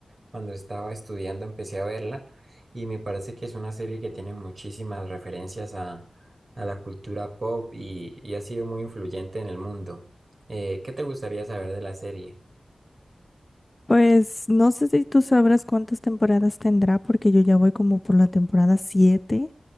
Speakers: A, on the right; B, on the left.
A: Cuando estaba estudiando empecé a verla y me parece que es una serie que tiene muchísimas referencias a, a la cultura pop y, y ha sido muy influyente en el mundo. Eh, ¿qué te gustaría saber de la serie?
B: Pues no sé si tú sabrás cuántas temporadas tendrá, porque yo ya voy como por la temporada 7.